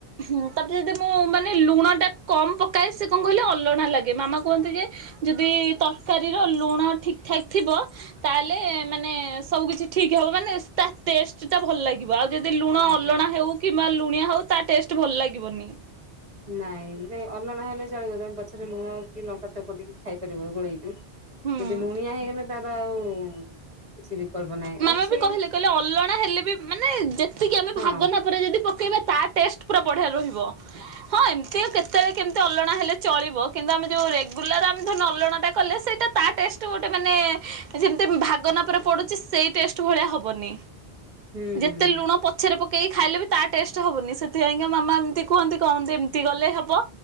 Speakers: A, on the right; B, on the right.
A: ହୁଁ ତାପରେ ଯଦି ମୁଁ ମାନେ ଲୁଣ ଟା କମ୍ ପକାଏ ସେ କଁ କହିଲେ ଅଲଣା ଲାଗେ ମାମା କୁହନ୍ତି ଯେ ଯଦି ତରକାରୀ ର ଲୁଣ ଠିକ ଠାକ୍ ଥିବ ତାଏଲେ ମାନେ ସବୁ କିଛି ଠିକ୍ ହବ ମାନେ ସ୍ ତା ତେଷ୍ ତେଷ୍ ଭଲ ଲାଗିବ ଆଉ ଯଦି ଲୁଣ
B: ହଁ
A: ଅଲଣା ହେଉ କିମ୍ବା ଲୁଣିଆ ହଉ ତା ଟେଷ୍ଟ ଭଲ ଲାଗିବନି।
B: ନାଇଁ ନାଇଁ ଅଲଣା ହେଲେ ଚଳିବ ତମେ ପଛରେ ଲୁଣ କି ଲଙ୍କା ଚକଟି କି ଖାଇପାରିବ ଗୋଳେଇକି।
A: ହୁଁ।
B: କିନ୍ତୁ ଲୁଣିଆ ହେଇଗଲେ ତାର ଆଉ କିଛି ବିକଳ୍ପ ନାହିଁ
A: ମାମା
B: ଅଛି
A: ବି କହିଲେ କଇଲେ ଅଲଣା ହେଲେ ବି ମାନେ ଯେତିକି ଆମେ
B: ହଁ
A: ଭାଗ ମାପରେ ଯଦି ପକେଇବେ ତା ଟେଷ୍ଟ ପୁରା ବଢିଆ ରହିବ। ହଁ ଏମ୍ ଥିଅ କେତେଏଳେ କେମିତି ଅଲଣା ହେଲେ ଚଳିବ କିନ୍ତୁ ଆମେ ଯେଉଁ ରେଗୁଲାର ଆମେ ଧନ ଅଲଣାଟା କଲେ ସେଇଟା ତା ଟେଷ୍ ତ ଗୋଟେ ମାନେ ଯେମିତି ଭାଗ ନା ପରେ ପଡୁ ସେ ସେଇ ଟେଷ୍ଟ ଭଳିଆ ହବନି
B: ହୁଁ
A: ଯେତେ ଲୁଣ ପତ୍ ଛେରେ ପକେଇ ଖାଇଲେ ବି ତା ଟେଷ୍ଟ ହବନି। ସେଥିପାଇଁକା ମାମା ଏମିତି କୁହନ୍ତି କଅନ୍ତି ଏମିତି ଗଲେ ହବ।